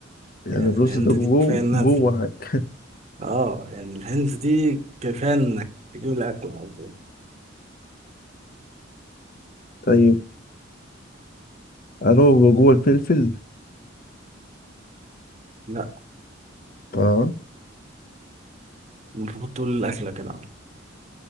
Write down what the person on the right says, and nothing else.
يعني
الهنت
دي كفاية إنها
آه يعني الهنت دي كفاية إنك تجيب الأكل على طول
لا
المفروض تقول الأكلة كده على طول.